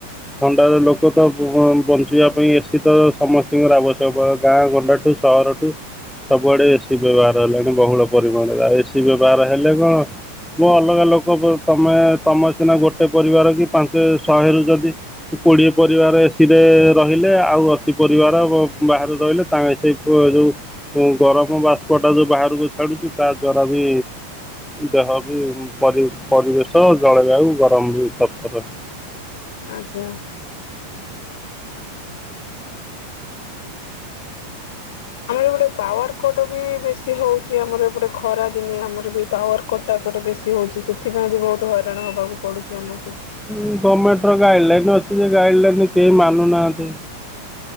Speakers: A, in the centre; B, on the left (about 55°).
A: ଥଣ୍ଡାର ଲୋକ ତ ବ ବଞ୍ଚିବା ପାଇଁ ଏସି ତ ସମସ୍ତିଙ୍କର ଆବଶ୍ୟକ। ଗାଁ ଗଣ୍ଡାଠୁ ସହରଠୁ ସବୁଆଡେ ଏସିି ବ୍ୟବହାର ହେଲାଣି ବହୁଳ ପରିମାଣରେ, ଆଉ ଏସିି ବ୍ୟବହାର ହେଲେ କଣ <unintelligible> ଅଲଗା ଲୋକ ତମେ ତମେ ସିନା ଗୋଟେ ପରିବାର କି ପାଞ୍ଚ ଶହେରୁ ଯଦି କୋଡିଏ ପରିବାର ଏସିିରେ ରହିଲେ ଆଉ ଅଶୀ ପରିବାର ବ ବାହାରେ ରହିଲେ। ତାଙ୍କ ସେ ପୁଅ ଯୋଉ ଗରମ ବାଷ୍ପ ଟା ଯୋଉ ବାହାରକୁ ଛାଡୁଛି ତା ଦ୍ଵାରା ବି ଦେହ ବି ପରି ପରିବେଶ ଜଳବାୟୁ ଗରମ ବି ଉତ୍ତପ୍ତ ରହେ।
B: ଆଜ୍ଞା। ଗୋଟେ ପାୱାର କଟ ବି ବେଶୀ ହଉଚି ଆମର ଏପଟେ ଖରା ଦିନେ ଆମର ବି ପାୱାର କଟ ଟା ଏପଟେ ବେଶୀ ହଉ ସେଥିପାଇଁ ବି ବହୁତୁ ହଇରାଣ ହେବାକୁ ପଡୁଚି ଆମକୁ।
A: ଉଁ ଗମେଣ୍ଟର ଗାଇଡି ଲାଇନି ଅଛି ଯେ ଗାଇଡି ଲାଇନି କେହି ମାନୁନାହାନ୍ତି।